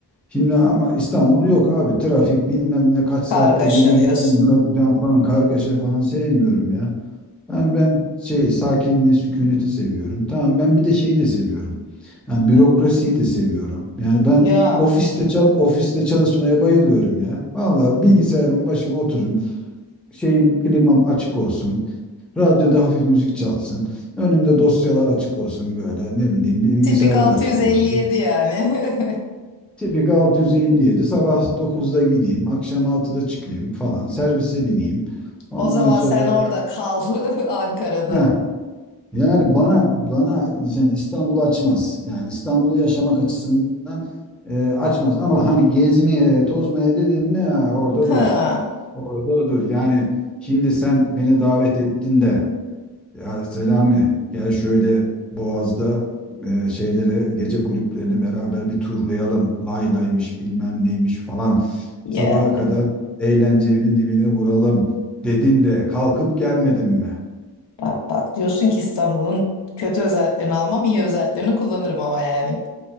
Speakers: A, in the centre; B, on the left.
A: Şimdi ama İstanbul yok abi. Trafik bilmem ne kaç saatte
B: kargaşa
A: nereye gideceğim,
B: diyorsun.
A: ne yapacağım falan kargaşa falan sevmiyorum ya. Ben, ben şey sakinliği, sükuneti seviyorum. Tamam ben bir de şeyi de seviyorum. Yani bürokrasiyi de seviyorum. Yani ben
B: Ya
A: ofiste çal- ofiste çalışmaya bayılıyorum ya. Vallahi bilgisayarımın başıma otururum. Şeyim klimam açık olsun. Radyoda hafif müzik çalsın. Önümde dosyalar açık olsun böyle. Ne bileyim bilgisayarda
B: tipik 657
A: da açık olabilir.
B: yani. <laughs>
A: Tipik 657 sabah dokuzda gideyim, akşam altıda çıkayım falan. Servise bineyim. Ondan
B: O zaman
A: sonra
B: sen orada kal <laughs> Ankara'da.
A: Heh, Yani bana bana yani İstanbul'u açmaz. Yani İstanbul'u yaşamak açısından e, açmaz. Ama hani gezmeye, tozmaya dedim mi ha, orada
B: Ha
A: dur. Orada dur. Yani şimdi sen beni davet ettin de ya Selami gel şöyle Boğaz'da e, şeylere gece kulüplerini beraber bir turlayalım. Lay laymış bilmem neymiş falan.
B: ya
A: Sabaha kadar eğlencenin dibine vuralım dedin de kalkıp gelmedin mi?
B: bak bak diyorsun ki İstanbul'un kötü özelliklerini almam iyi özelliklerini kullanırım ama yani.